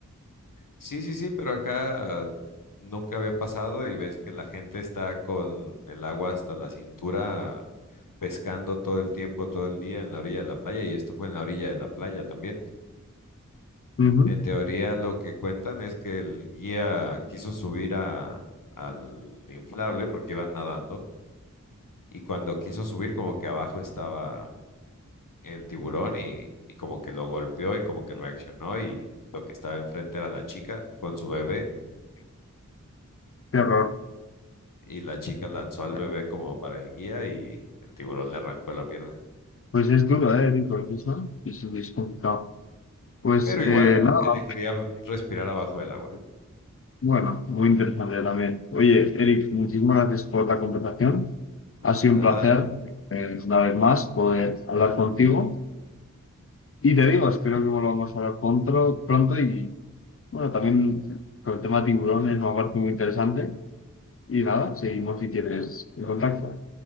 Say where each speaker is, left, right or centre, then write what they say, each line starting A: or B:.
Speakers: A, on the left (about 80°); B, on the left (about 45°).
A: sí, sí, sí, pero acá nunca había pasado y ves que la gente está con el agua hasta la cintura pescando todo el tiempo, todo el día en la orilla de la playa y esto fue en la orilla de la playa también.
B: Ujú.
A: En teoría, lo que cuentan es que el guía quiso subir a, al inflable porque iban nadando y cuando quiso subir como que abajo estaba el tiburón y, y como que lo golpeó y como que reaccionó y lo que estaba enfrente era la chica con su bebé
B: Qué horror.
A: y la chica lanzó al bebé como para el guía y el tiburón le arrancó la pierna.
B: Pues es duro, ¿eh, Rico? Es, Eso es, es complicado. Pues
A: Pero
B: eh,
A: igual
B: nada.
A: elegiría respirar abajo del agua.
B: Bueno, muy interesante también. Oye, Eric, muchísimas gracias por la conversación. Ha sido
A: Nada,
B: un placer, eh, una vez más, poder hablar contigo. Y te digo, espero que volvamos a hablar pronto, pronto y bueno, también con el tema de tiburones me parece muy interesante. Y nada, seguimos si quieres en contacto.